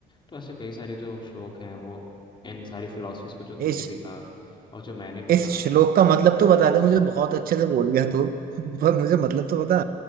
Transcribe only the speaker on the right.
इस
इस
श्लोक का मतलब तो बता दे मुझे बहुत अच्छे से बोल गया तू <laughs> पर मुझे मतलब तो बता